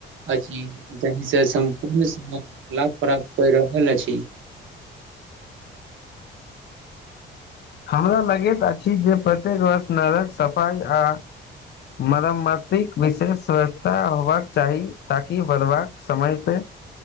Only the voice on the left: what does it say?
हमरा लगैत अछि जे प्रत्येक वर्ष नग कऽ सफाई आ मरम्तिक विशेष ववस्था होबा कऽ चाही ताकि बढ़बाक समय पे